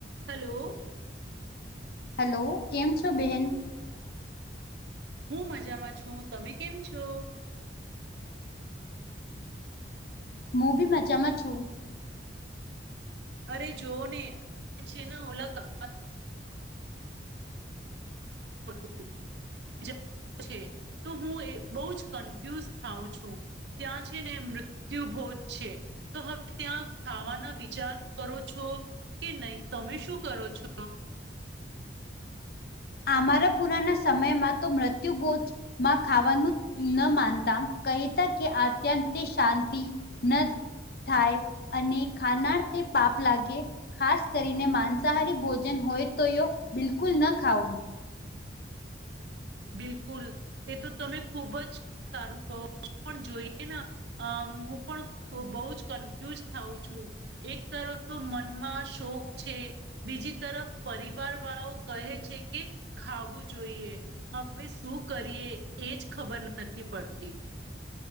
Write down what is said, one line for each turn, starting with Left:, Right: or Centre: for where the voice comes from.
Right: Hello.
Left: Hello, કેમ છો બેહેન
Right: હું મજામાં છું તમે કેમ છો?
Left: હું બી મજામાં છું
Right: અરે જોઓ ને છે ને ઓલા <inaudible> <inaudible> <inaudible> તો હું એ બહુ જ કન્ફ્યુઝ થાઉં છું. ત્યાં છે ને મૃત્યુભોજ છે તો હવે ત્યાં ખાવાના વિચાર કરો છો કે નહીં તમે શું કરો છો?
Left: અમારા પુરાના સમયમાં તો મૃત્યુભોજ માં ખાવાનું ન માનતા કહેતા કે અત્યંત તે શાંતિ ન થાય અને ખાનાર તે પાપ લાગે. ખાસ કરીને માંસાહારી ભોજન હોય તો એ બિલકુલ ન ખાવું
Right: બિલકુલ તે તો તમે ખુબ જ સારું કહો છો પણ જોઈએ ના અ હું પણ બહુ જ કન્ફ્યુઝ થઉં છું. એક તરફ તો મનમાં શોખ છે બીજી તરફ પરિવાર વાળાઓ કહે છે કે ખાવું જોઈએ. હવે શું કરીએ એજ ખબર નથી પડતી